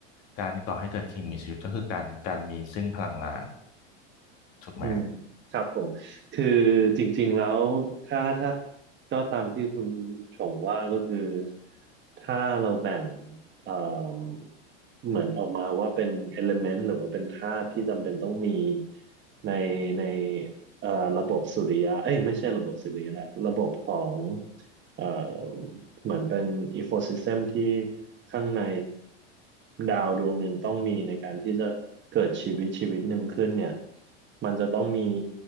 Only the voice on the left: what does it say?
การก่อให้เกิดสิ่งมีชีวิตก็คือการการมีซึ่งพลังงานถูกไหม